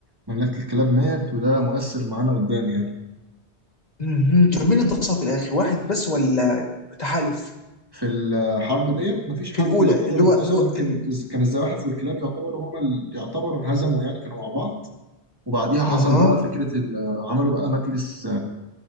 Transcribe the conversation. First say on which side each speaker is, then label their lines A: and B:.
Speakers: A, on the right; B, on the left.
A: مملكة الكلاب مات وده مؤثر معانا قدام يعني
B: مهم. طب مين انتصر في الاخر واحد بس ولا تحالف
A: في الحرب ديت مفيش
B: في
A: حد
B: الاولى
A: يعتبر
B: اللي هو
A: انتصر
B: اللي هو
A: يمكن
B: ال-
A: إز... كان الزواحف والكلاب يعتبروا هما اللي يعتبروا انهزموا يعني كانوا مع بعض وبعديها حصل
B: اها
A: بقى فكرة ال... عملوا بقى مجلس